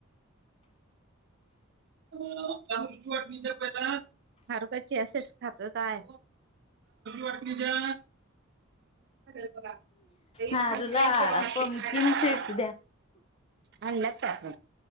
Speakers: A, on the right; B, on the left.
A: खारुताई ची वाटणी द्या पहिला खारुताई चिया सिड्स खातोय काय? वाटणी द्या त्या बघा
B: हारुला
A: खारुताई चे बघा
B: पमकिन
A: तिकडं
B: सीड्स द्या
A: आणल्यात काय